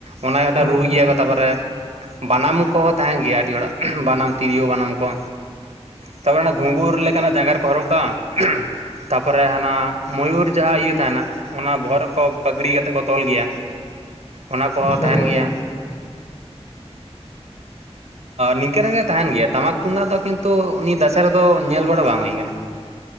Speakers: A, on the right (about 75°); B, on the left (about 70°).
A: ᱚᱱᱟ ᱜᱮ ᱢᱮᱜᱴᱟᱝ
B: ᱦᱳᱭ
A: ᱨᱩᱭ
B: ᱦᱳᱭ
A: ᱜᱮᱭᱟ ᱠᱚ ᱛᱟᱨᱯᱚᱨᱮ ᱵᱟᱱᱟᱢ ᱠᱚᱦᱚᱸ ᱛᱟᱦᱮᱱ ᱜᱮᱭᱟ ᱟᱹᱰᱤ ᱦᱚᱲᱟᱜ ᱵᱟᱱᱟᱢ ᱛᱤᱨᱭᱳ ᱵᱟᱱᱟᱢ ᱠᱚ ᱛᱯᱚᱨᱮ ᱚᱱᱟ ᱜᱷᱩᱜᱩᱨ ᱞᱮᱠᱟᱱᱟᱜ ᱡᱟᱸᱜᱟ ᱨᱮᱠᱚ ᱦᱚᱨᱚᱜ ᱠᱟᱜ-ᱟ ᱛᱟᱯᱚᱨᱮ ᱦᱟᱱᱟ ᱢᱚᱭᱩᱨ ᱡᱟᱦᱟᱸ ᱤᱭᱟᱹ ᱛᱟᱦᱮᱱᱟ ᱚᱱᱟ ᱵᱚᱦᱚᱜ ᱨᱮᱠᱚ ᱯᱟᱜᱽᱲᱤ ᱠᱟᱛᱮᱜ ᱠᱚ ᱛᱚᱞ ᱜᱮᱭᱟ ᱚᱱᱟ ᱠᱚᱦᱚᱸ
B: ᱦᱳᱭ
A: ᱛᱟᱦᱮᱱ
B: ᱦᱳᱭ
A: ᱜᱮᱭᱟ᱾ ᱱᱤᱝᱠᱟᱹᱱᱟᱜ ᱜᱮ ᱛᱟᱦᱮᱱ ᱜᱮᱭᱟ ᱴᱟᱢᱟᱠ ᱛᱩᱢᱫᱟᱜ ᱫᱚ ᱠᱤᱱᱛᱩ ᱩᱱᱤ ᱫᱟᱥᱟᱭ ᱨᱮᱫᱚ ᱧᱮᱞ ᱵᱟᱲᱟ ᱵᱟᱝ ᱦᱩᱭ ᱠᱟᱱᱟ᱾